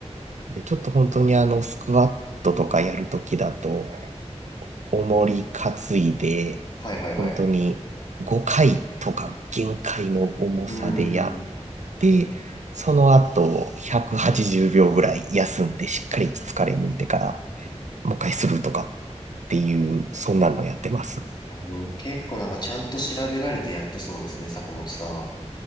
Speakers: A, on the right; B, on the left.
A: で、ちょっと本当にあの、スクワットとかやるときだと、重り担いで、
B: はいはいはい。
A: 本当に5回とか限界の重さでやっ
B: うーん。
A: て、その後180秒ぐらい休んでしっかり疲れ抜いてからもう一回するとかっていう、そんなのやってます。
B: あの、結構なんかちゃんと調べられてやってそうですね、坂本さん。